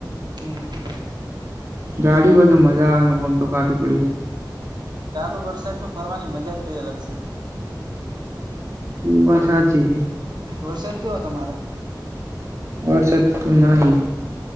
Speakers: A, on the right (about 65°); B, on the right (about 40°).
A: હમ્મ.
B: ગાડી હોય તો મજા આવે ને ઓમ તો કાટું પડી.
A: ચાલુ વરસાદમાં ફરવાની મજા જ કઈ અલગ છે.
B: એ વાત સાચી
A: વરસાદ કેવો તમારે.
B: વરસાદ તો નાહી.